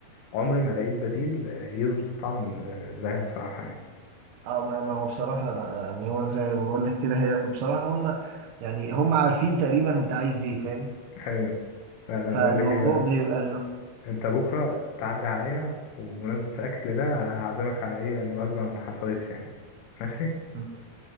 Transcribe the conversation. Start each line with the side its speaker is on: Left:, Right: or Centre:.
Left: عمري ما لقيت بديل آه، يظبط الطعم آه، زيها بصراحة يعني
Right: اه ما ما هو بصراحة لا يعني هو زي ما بقول لك كده هي بصراحة هم يعني هم عارفين تقريبا انت عايز ايه فاهم
Left: أيوة لا ده أنا
Right: فالموضوع
Left: بقول لك ايه بقى
Right: بيبقى ال-
Left: أنت بكرة تعدي عليا وبمناسبة الأكل ده هعزمك على ايه يعني وجبة ما حصلتش يعني ماشي
Right: م-